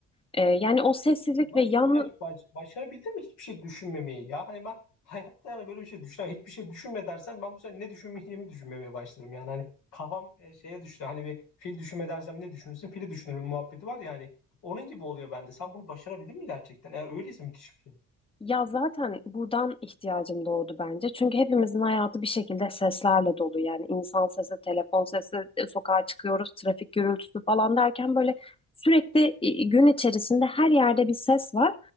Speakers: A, on the left; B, on the left.
A: E, yani o sessizlik
B: Nasıl
A: ve yan
B: baş, başarabildin mi hiçbir şey düşünmemeyi ya? Hani ben hayatta yani böyle bir şey düşünen hiçbir şey düşünme dersen ben bu sefer ne düşünmeyeceğimi düşünmemeye başlarım yani. Hani kafam e, şeye düştü. Hani bir fil düşünme dersem ne düşünürsün? Fili düşünürüm muhabbeti var ya hani. Onun gibi oluyor bende. Sen bunu başarabildin mi gerçekten? Eğer öyleyse müthiş bir şey.
A: Ya zaten buradan ihtiyacım doğdu bence. Çünkü hepimizin hayatı bir şekilde seslerle dolu. Yani insan sesi, telefon sesi, e, sokağa çıkıyoruz, trafik gürültüsü falan derken böyle sürekli e, gün içerisinde her yerde bir ses var.